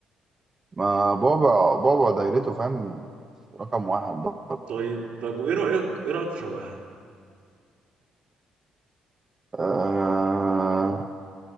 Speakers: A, on the right; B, on the right.
A: ما بعبع بعبع دايرته فاهم رقم واحد بقى.
B: طيب طيب وايه رايك ايه رايك في شواحه
A: آه